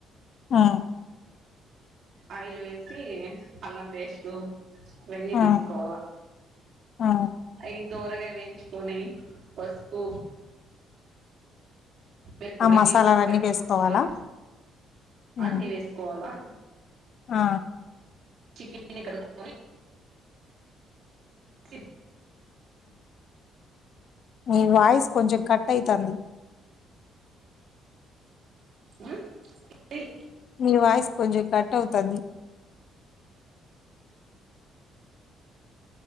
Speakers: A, on the left; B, on the right.
A: ఉమ్.
B: ఆయిల్ వేసి ఇ అల్లం పేస్ట్. వెన్నీ
A: ఆ
B: తీసుకోవాల
A: ఆ
B: ఐ. తోరగా వేయించుకొని పసుపు. మిరప్ పొడి
A: ఆ మసాలాలన్నీ
B: గరం
A: వేసుకోవాలా
B: మసాలా
A: ఆ
B: అన్నీ వేసుకోవాలా.
A: ఆ.
B: చికీన్నీ కడుక్కకొని. కీత్.
A: మీ వాయిస్ కొంచం కట్ అయితంది.
B: ఉమ్ ఇది.
A: నీ వయిస్ కొంచం కట్ అవుతంది.